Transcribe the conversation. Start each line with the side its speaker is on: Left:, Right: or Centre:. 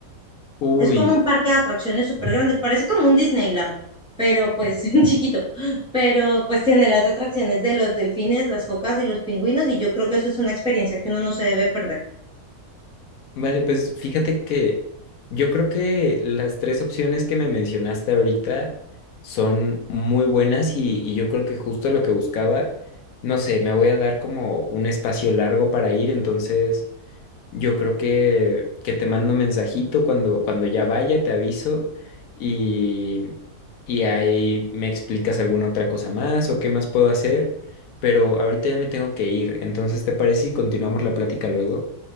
Left: Uy,
Centre: Es como un parque de atracciones súper grande, parece como un Disneyland, pero pues <laughs> chiquito, pero pues tiene las atracciones de los delfines, las focas y los pingüinos y yo creo que eso es una experiencia que uno no se debe perder.
Left: vale, pues fíjate que yo creo que las tres opciones que me mencionaste ahorita son muy buenas y, y yo creo que justo lo que buscaba, no sé, me voy a dar como un espacio largo para ir, entonces... Yo creo que, que te mando mensajito cuando, cuando ya vaya, te aviso y, y ahí me explicas alguna otra cosa más o qué más puedo hacer, pero ahorita ya me tengo que ir, entonces ¿te parece si continuamos la plática luego?